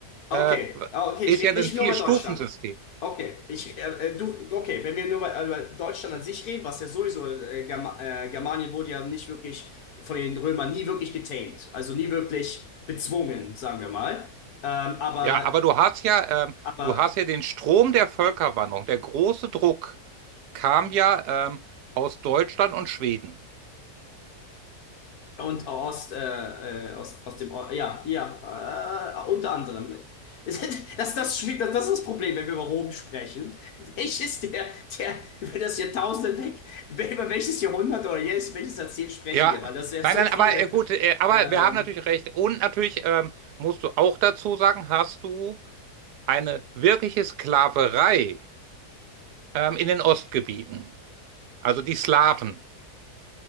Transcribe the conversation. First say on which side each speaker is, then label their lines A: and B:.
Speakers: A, on the left; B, on the right.
A: Okay,
B: äh,
A: ah, okay,
B: ist
A: ich rede
B: ja ein
A: nicht
B: Vier-Stufen-System.
A: nur über Deutschland. Okay, ich, äh, äh, du, okay, wenn wir nur bei, über Deutschland an sich reden, was ja sowieso, äh, Germa äh, Germanien wurde ja nicht wirklich von den Römern nie wirklich getamed, also nie wirklich bezwungen, sagen wir mal. Ähm, aber,
B: Ja, aber du hast ja, ähm,
A: aber
B: du hast ja den Strom der Völkerwanderung, der große Druck kam ja ähm, aus Deutschland und Schweden.
A: Und aus, äh, äh, aus, aus dem, Or- ja, ja, äh, unter anderem. Es- <laughs> Das, das, schwi- das, das ist das Problem, wenn wir über Rom sprechen. <laughs> Welches der, der über das Jahrtausend hinweg, <laughs> wel- über welches Jahrhundert oder jetzt, welches Jahrzehnt sprechen
B: Ja,
A: wir? Weil das ja
B: nein,
A: so
B: nein,
A: viele
B: aber äh, gut, äh, aber
A: ähm,
B: wir haben natürlich recht. Und natürlich ähm, musst du auch dazu sagen, hast du eine wirkliche Sklaverei ähm, in den Ostgebieten. Also die Slawen.